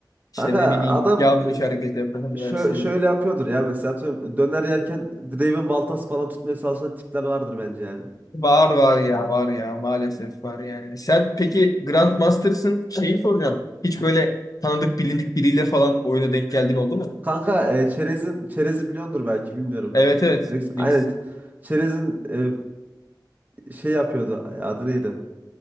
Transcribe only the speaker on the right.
Kanka
adam
e, şö-
şöyle yapıyordur ya mesela atıyorum döner yerken Draven baltası falan tutmaya çalışan tipler vardır bence yani.
Kanka e, çerezin çerezi biliyordur belki bilmiyorum.
Neyse,
Aynen. Çerezin e, şey yapıyordu. Ay, Adı neydi?